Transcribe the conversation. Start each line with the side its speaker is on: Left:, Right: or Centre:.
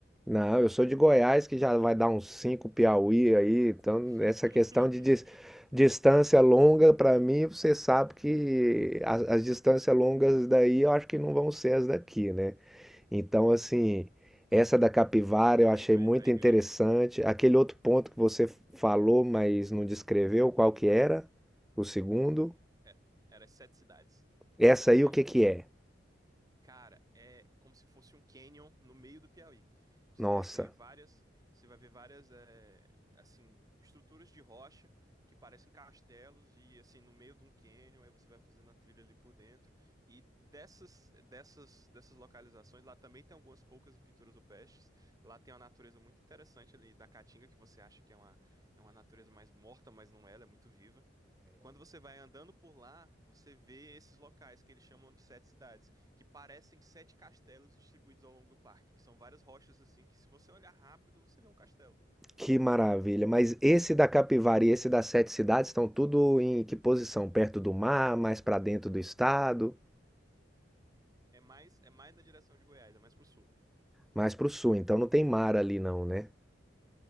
Centre: Não, eu sou de Goiás, que já vai dar uns 5 Piauí aí. Então,
Right: <laughs>
Centre: essa questão de dis- distância longa, para mim, você sabe que as, as distâncias longas daí eu acho que não vão ser as daqui, né? Então, assim, essa da capivara
Right: É,
Centre: eu
Right: aí
Centre: achei
Right: vai,
Centre: muito
Right: aí
Centre: interessante.
Right: ganha.
Centre: Aquele outro ponto que você falou, mas não descreveu qual que era, o segundo.
Right: É, era as sete cidades,
Centre: Essa aí
Right: que
Centre: o
Right: é um,
Centre: que que é?
Right: Cara, é como se fosse um canyon no meio do Piauí. Você
Centre: Nossa,
Right: vai ver várias, você vai ver várias, eh, assim, estruturas de rocha que parecem castelos e assim no meio de um canyon, aí você vai fazendo a trilha ali por dentro. E dessas, dessas, dessas localizações, lá também tem algumas poucas pinturas rupestres. Lá tem uma natureza muito interessante ali da Caatinga que você acha que é uma, é uma natureza mais morta, mas não é, ela é muito viva. E Quando você vai andando por lá, você vê esses locais que eles chamam de sete cidades, que parecem sete castelos distribuídos ao longo do parque, que são várias rochas assim, que se você olhar rápido, você vê um castelo.
Centre: que maravilha. Mas esse da capivara e esse das sete cidades estão tudo em que posição? Perto do mar, mais para dentro do estado,
Right: É mais, é mais na direção de Goiás, é mais pro sul.
Centre: mais para o sul. Então não tem mar ali não, né?